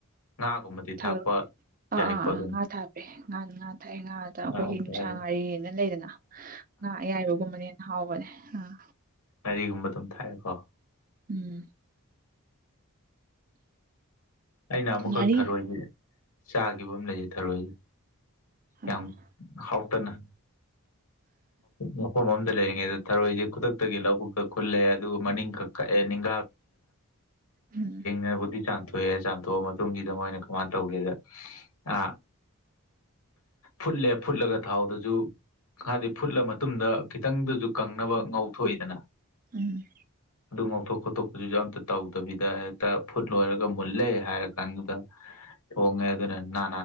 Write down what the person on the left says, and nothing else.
ꯉꯥꯒꯨꯝꯕꯗꯤ
ꯊꯥꯛꯄ
ꯌꯥꯏꯀꯣ
ꯑꯗꯨꯝ
ꯉꯥ
ꯌꯥꯏ
ꯉꯔꯤꯒꯨꯝꯕ ꯑꯗꯨꯝ ꯊꯥꯏꯑꯀꯣ
ꯑꯩꯅ ꯑꯃꯨꯛꯈꯛ
ꯊꯔꯣꯏꯁꯦ ꯆꯥꯈꯤꯕ ꯑꯃ ꯂꯩꯌꯦ ꯊꯔꯣꯏꯁꯦ
ꯌꯥꯝ ꯍꯥꯎꯇꯅ ꯃꯐꯝ ꯂꯩꯔꯤꯉꯩꯗ ꯊꯔꯣꯏꯁꯦ ꯈꯨꯗꯛꯇꯒꯤ ꯂꯧꯕꯨꯛꯛꯇ ꯈꯨꯜꯂꯦ ꯑꯗꯨꯒ ꯃꯅꯤꯡ ꯀꯛ ꯀꯛꯑꯦ ꯅꯤꯡ
ꯁꯕꯗꯤ ꯆꯥꯟ ꯊꯣꯛꯑꯦ ꯆꯥꯝꯊꯣꯛꯑ ꯃꯇꯨꯡꯁꯤꯗ ꯃꯣꯏꯅ ꯀꯃꯥꯏꯅ ꯇꯧꯒꯦꯗ ꯑ ꯐꯨꯠꯂꯦ ꯐꯨꯠꯂꯒ ꯊꯥꯎꯗꯨꯁꯨ ꯍꯥꯏꯗꯤ ꯐꯨꯠꯂ ꯃꯇꯨꯡꯗ ꯈꯤꯇꯪꯗꯁꯨ ꯀꯪꯅꯕ ꯉꯧꯊꯣꯛꯏꯗꯅ
ꯑꯗꯨ ꯉꯥꯎꯊꯣꯛ ꯈꯣꯠꯇꯣꯛꯄꯁꯤꯁꯨ ꯑꯝꯇ ꯇꯧꯗꯕꯤꯗ ꯍꯦꯛꯇ ꯐꯨꯠ ꯂꯣꯏꯔꯒ ꯃꯨꯜꯂꯦ ꯍꯥꯏꯔꯒ ꯀꯗꯨꯗ ꯊꯣꯡꯉꯦ ꯑꯗꯨꯅ ꯅꯥ